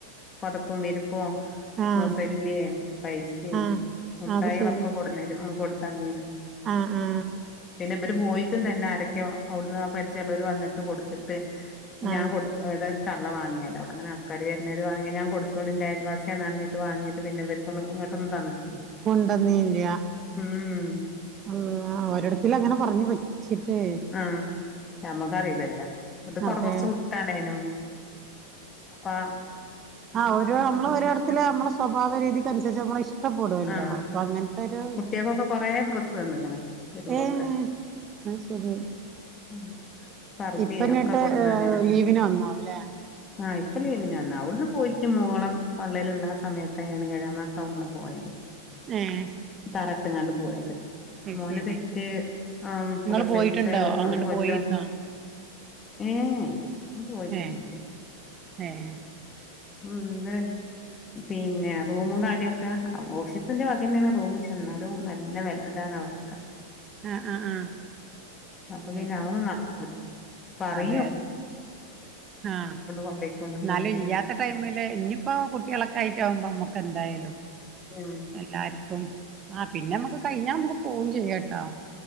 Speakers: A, on the left; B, on the right.
A: പൊതപ്പും വിരുപ്പും
B: ആഹ്
A: മുസല്ലേ പൈസിം
B: ആഹ്
A: മുഠായികളൊക്കെ
B: അത് ശരി
A: കൊടുന്നരും ആഹ് കൊണ്ടു തന്നീന്ന്
B: ആഹ് ആഹ്
A: പിന്നെ ഇബരും പോയിട്ടും തന്നെ ആരൊക്കെ അവിടുന്ന് പരിചയള്ളവര് വന്നിട്ട് കൊടുത്തിട്ട് ഞാൻ
B: ആഹ്
A: കൊടുത്തു ഏതായാലും തള്ള വാങ്ങിയതാ അവിടെ അങ്ങനെ ആൾക്കാര് വരുന്നവര് വാങ്ങി ഞാൻ കൊടു <unintelligible> ന്റെ അയൽവാസിയാന്ന് പറഞ്ഞിട്ട് വാങ്ങിട്ട് പിന്നെ ഇവരിക്കൊന്നും ഇങ്ങട്ടൊന്നും തന്നിട്ടില്ല
B: കൊണ്ടന്നില്ല
A: ഉം
B: ആഹ് ആഹ് ഒരിടത്തിൽ അങ്ങനെ പറഞ്ഞു പറ്റി ച്ചിട്ടേ
A: ആഹ് നമ്മക്കറിയില്ലല്ലോ അത് കൊറ
B: അതെ
A: കൊറച്ച് വിട്ടാണേനും അപ്പാ
B: അഹ് ഓരോ നമ്മള് ഓരോരുത്തില് നമ്മള സ്വഭാവ രീതിക്കനുസരിച്ച് നമ്മള ഇഷ്ടപ്പെടുവല്ലോ
A: ആഹ്
B: അപ്പൊ അങ്ങനത്തൊരു
A: കുട്ടികൾക്കൊക്കെ കൊറേ ഡ്രസ്സ് തന്ന്ക്ക്ണ് വരുമ്പോക്കെ
B: ഉം ഏഹ് അഹ് ശരി
A: ഉം പർദ്ദിം
B: ഇപ്പന്നിട്ട്
A: ഒക്കെ കൊടുന്നന്നേണ്
B: ലീവിന് വന്നാവൂല്ലേ
A: ആഹ് ഇപ്പം ലീവിന് വന്നാ അവിടുന്ന് പോയിട്ട് മോളെ പള്ളേലുള്ള സമയത്താണ് ഏഴാ മാസം ആവുമ്പള പോയത്
B: ഏഹ്
A: തറട്ട്ങ്ങാണ്ട് പോയത്
B: അത്
A: മോനെ
B: ശരി
A: പെറ്റ് ഉം
B: നിങ്ങള്
A: പ്രസവിച്ച
B: പോയിട്ടുണ്ടോ
A: ഒരു
B: അങ്ങട്ട്
A: മാ ഒരു കൊല്ലം
B: പോയിരുന്നോ
A: ഏഹ് അങ്ങട്ട് പോയിട്ടൊന്നുല്ല
B: ഏഹ് ഏഹ്
A: ഉം എന്താ പിന്നെ റൂമും കാര്യൊക്കെ ഓഫീസിന്റെ വകന്നെയാണ് റൂമി ചെന്നാലും നല്ല <unintelligible> ട്ടാണ് അവർക്കൊക്കെ
B: ആഹ് ആഹ് ആഹ്
A: അപ്പൊ
B: അത്
A: പിന്നെ
B: ശരി
A: അഹ് ഒന്നും നടക്കൂല പറയാ
B: അതെ അതെ ആഹ്
A: കൊണ്ടോയിക്കോണ്ട്ന്നല്ലാതെ
B: എന്നാലും ഇല്ലാത്ത ടൈമില് ഇനിയിപ്പോ കുട്ട്യേളൊക്കെ ആയിട്ടാകുമ്പോ നമ ക്കെന്തായാലും
A: ഉം
B: എല്ലാരിക്കും ആ പിന്നെ നമ്മക്ക് കഴിഞ്ഞാ നമ്മക്ക് പോവും ചെയ്യാട്ടോ